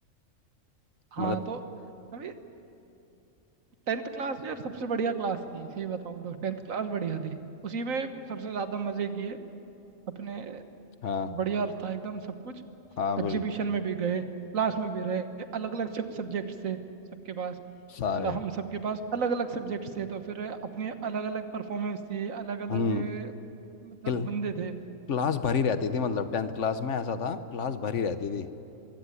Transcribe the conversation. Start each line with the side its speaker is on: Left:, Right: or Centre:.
Right: हाँ
Left: मतलब
Right: तो अभी टेंथ क्लास यार सबसे बढ़िया क्लास थी सही बताऊँ तो टेंथ क्लास बढ़िया थी उसी में सबसे ज़्यादा मज़े किए अपने
Left: हाँ
Right: बढ़िया था एकदम सब कुछ
Left: हाँ
Right: एग्जीबिशन
Left: बिल्कुल
Right: में भी गए क्लास में भी रहे अलग अलग सब्जेक्ट से सबके पास
Left: सारे
Right: मतलब हम सबके पास अलग अलग सब्जेक्ट से तो फिर अपनी अलग अलग परफॉर्मेंस थी अलग अलग
Left: हम्म
Right: मतलब
Left: क्ल,
Right: बंदे थे
Left: क्लास भरी रहती थी मतलब टेंथ क्लास में ऐसा था क्लास भरी रहती थी